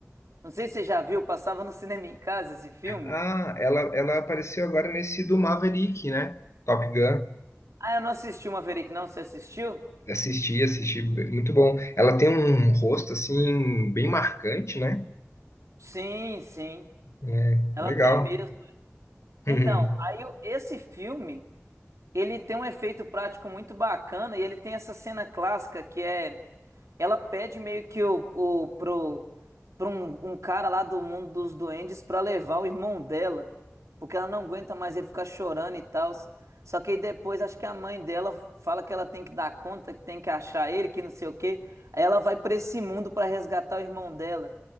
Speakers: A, on the right; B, on the left.
A: Não sei se você já viu, passava no cinema em casa esse filme.
B: Ah, ela, ela apareceu agora nesse do Maverick, né? Top Gun.
A: Ah, eu não assisti uma Verei não, você assistiu?
B: Assisti, assisti, muito bom. Ela tem um rosto assim bem marcante, né?
A: Sim, sim.
B: É,
A: Ela
B: legal.
A: tem mesmo.
B: <laughs>
A: Então,
B: Uhum.
A: aí o- esse filme, ele tem um efeito prático muito bacana e ele tem essa cena clássica que é ela pede meio que o, o pro, pro um, um cara lá do mundo dos duendes pra levar o irmão dela, porque ela não aguenta mais ele ficar chorando e tal. Só que aí depois acho que a mãe dela fala que ela tem que dar conta, que tem que achar ele, que não sei o quê. Aí ela vai pra esse mundo pra resgatar o irmão dela.